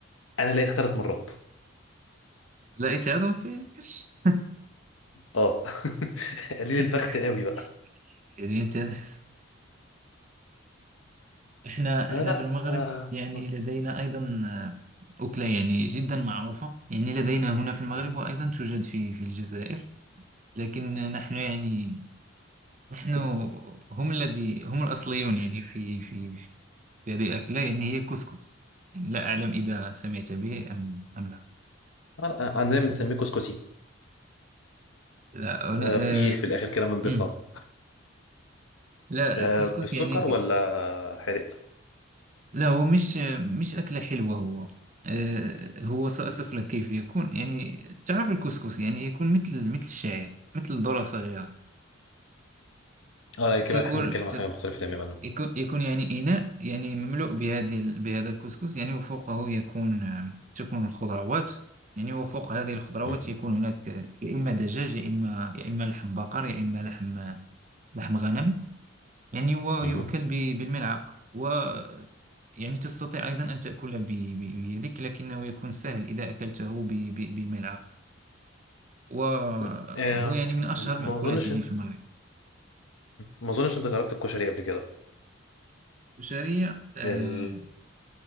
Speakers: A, on the left; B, on the right.
A: أنا لقيتها ثلاث مرات
B: ليس عضوا في الكرش
A: أه <laughs> قليل
B: <laughs>
A: البخت قوي بقى
B: يدين جنس إحنا
A: لا
B: إحنا
A: لا
B: في المغرب يعني
A: آه.
B: لدينا أيضا آه، أكلة يعني جدا معروفة يعني لدينا هنا في المغرب
A: أه.
B: وأيضا توجد في في الجزائر لكن نحن يعني نحن هم الذي هم الأصليون يعني في في في هذه الأكلة يعني هي الكسكس يعني لا أعلم إذا سمعت به أم أم لا
A: آه، عندنا بنسميه كسكسي
B: لا
A: آه،
B: أنا
A: في
B: آه،
A: في الآخر كده بنضيفها
B: مم. لا
A: آه،
B: كسكس
A: بالسكر
B: يعني
A: ولا حرق
B: لا هو مش مش أكلة حلوة هو آه، هو سأصف لك كيف يكون يعني تعرف الكسكس يعني يكون مثل مثل الشعير مثل ذرة صغيرة
A: اه لا كده
B: تكون
A: احنا بنتكلم
B: تك-
A: عن حاجة مختلفة تماما
B: يكون يكون يعني إناء يعني مملوء بهذه بهذا الكسكس يعني وفوقه يكون آه، تكون الخضروات يعني وفوق هذه الخضروات
A: مم.
B: يكون هناك آه، يا إما دجاج يا إما يا إما لحم بقر يا إما لحم لحم غنم يعني هو
A: مم.
B: يؤكل ب- بالملعقة و يعني تستطيع أيضا أن تأكله ب- ب- بيدك لكنه يكون سهل إذا أكلته ب- ب- بالملعقة وهو
A: لا آم،
B: يعني من أشهر المأكولات
A: ما اظنش
B: يعني
A: انت
B: في المغرب
A: ما اظنش انت جربت الكشري قبل كده
B: الشعرية آه
A: ال...